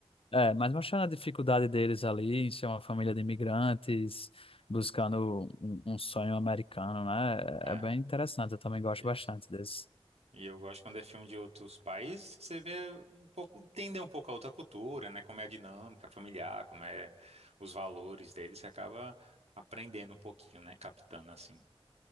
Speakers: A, on the left; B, on the right.
A: é, mais mostrando a dificuldade deles ali em ser uma família de imigrantes, buscando um, um sonho americano, né?
B: É,
A: É, é bem interessante, eu também gosto
B: isso.
A: bastante desse.
B: E eu gosto quando é filme de outros países, que você vê um pouco, entender um pouco a outra cultura, né? Como é a dinâmica familiar, como é os valores deles, você acaba aprendendo um pouquinho, né? Captando assim.